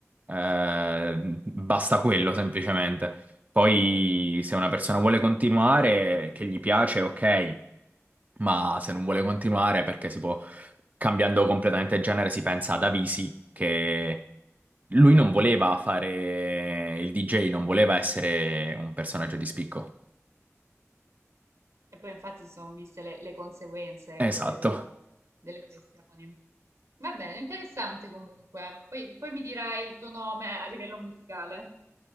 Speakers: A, on the right (about 30°); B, on the right (about 80°).
A: Eh, basta quello semplicemente. Poi, se una persona vuole continuare, che gli piace, ok, ma se non vuole continuare perché si può cambiando completamente genere, si pensa ad Avisi, che lui non voleva
B: Beh,
A: fare il DJ, non voleva essere un personaggio di spicco.
B: E poi infatti si sono viste le, le conseguenze, ecco,
A: Esatto,
B: del- delle questioni. Va bene, interessante comunque. Poi, poi mi dirai il tuo nome a livello musicale.